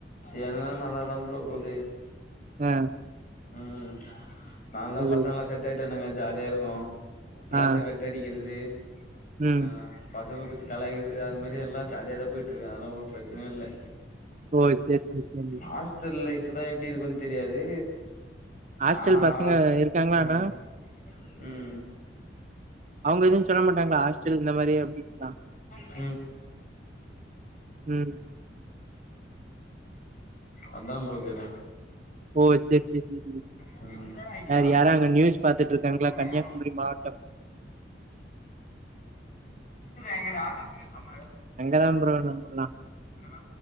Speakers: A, on the left; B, on the right.
A: ஏனதா நல்லாதான் புோ போது
B: ஆ
A: உம் நான்ல்லா
B: எப்டி
A: பசங்க எாம் செட் ஆயிட்டனுங்க ஜாலியா இருக்கும் கிளாஸ
B: ஆ
A: க டிக்கிறது
B: ம்
A: ஆஹ் பசங்க பூச்சு கலாயிது அது மாதிரி எல்லாம் ஜையே தான் போயிட்டு இருக்க அதெல்லாம் ஒரு பிரச்சனையும் இல்லை
B: ஓ சேரி சேரி சேரி
A: ஹாஸ்டல் லைஃப் தான் எப்படி இருக்கும்ன்னு தெரியாது
B: ஹாஸ்டல்
A: நான்
B: பசங்க இருக்காங்களா
A: உம்
B: ஆனா
A: உம்
B: அவங்க எதுவு சொல்ல மாட்டாங்களா ஹாஸ்டல் இந்த மாரி அப்டின்லா
A: ஹ
B: ம்
A: அதம் ரோகத
B: ஓ சேரி சேரி சேரி
A: என்னடா ஐடியா
B: வேற யாரும் அங்க நியூஸ் பாத்துட்டு இருக்காங்களா
A: புடியா
B: கன்னியாகுமரி மாவட்டம்
A: எங்கடா
B: அங்கதான் ப்ரோ நம்பலாம்
A: <inaudible>